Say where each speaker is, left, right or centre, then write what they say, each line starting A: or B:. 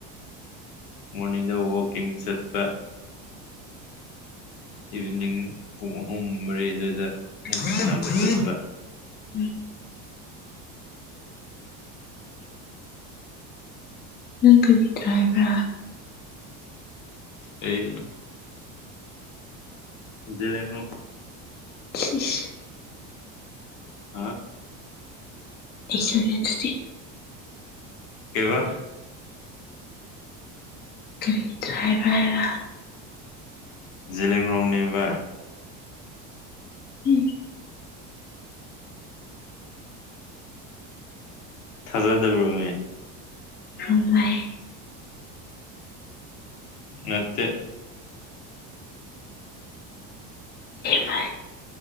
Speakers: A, on the left (about 85°); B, on the left (about 25°).
A: ꯃꯣꯔꯅꯤꯡꯗ ꯋꯀꯤꯡ ꯆꯠꯄ ꯏꯚꯤꯅꯤꯡ ꯄꯨꯡ ꯑꯍꯨꯝ ꯃꯔꯤ ꯑꯗꯨꯋꯥꯏꯗ ꯑꯃꯨꯛ
B: ꯍ
A: ꯁꯥꯟꯅꯕ
B: ꯍ
A: ꯆꯠꯄ
B: ꯎꯝ ꯅꯪ ꯀꯔꯤ ꯗ꯭ꯔꯥꯏꯕ꯭ꯔꯥ
A: ꯑꯩ ꯦ ꯂꯣ
B: ꯑ
A: ꯑ
B: ꯑꯩꯁꯨꯅꯦꯗꯤ
A: ꯀꯕ
B: ꯈꯔꯤꯗꯔꯑꯕꯑꯕ
A: ꯂꯤꯝ ꯔꯥꯎꯅꯤꯕ
B: ꯎꯝ
A: ꯊꯥꯖꯗꯕ꯭ꯔꯅꯦ
B: ꯍꯕꯥꯥꯏ
A: ꯅꯠꯇꯦ
B: ꯕꯥꯥꯏ